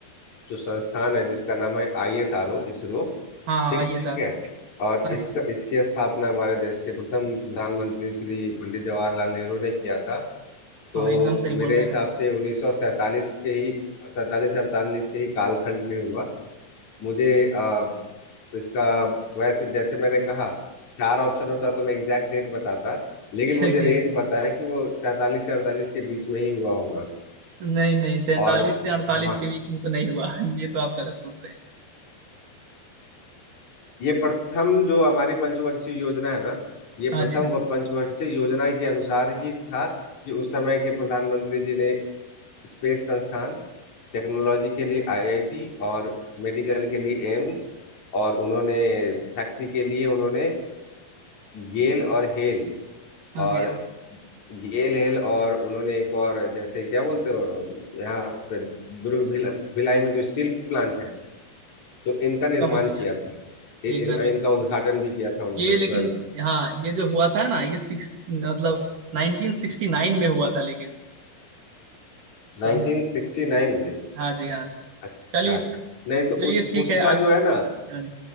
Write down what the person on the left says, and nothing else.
जो संस्थान है जिसका नाम है I S R O इसरो
ठीक
है और
इसका इसकी स्थापना हमारे देश के प्रथम प्रधानमंत्री श्री पंडित जवाहरलाल नेहरू ने किया था तो
मेरे
हिसाब
से 1947 के ही सैतालीस अड़तालीस के ही कालखंड में हुआ मुझे अ, तो इसका वैसे जैसे मैंने कहा चार ऑप्शन होता तो मैं एग्जैक्ट डेट बताता लेकिन
मुझे रेंज पता है कि वो सैतालीस से अड़तालीस के बीच में ही हुआ होगा
और
हम
ये प्रथम जो हमारी पंचवर्षीय योजना है ना ये
प्रथम
व- पंचवर्षीय योजना के अनुसार ही था कि उस समय के प्रधानमंत्री जी ने स्पेस संस्थान टेक्नोलॉजी के लिए आईआईटी और मेडिकल के लिए एम्स और उन्होंने फैक्ट्री के लिए उन्होंने गेल और हेल
और
गेल हेल और उन्होंने एक और जैसे क्या बोलते हो यहाँ पे दुर्ग भिला, भिलाई में जो स्टील प्लांट है तो इनका निर्माण
किया
था इ, इन,
इनका उद्घाटन भी किया था उन्होंने
स्वयं से
1969
में
अच्छा
अच्छा नहीं तो
उस
उसका
जो है ना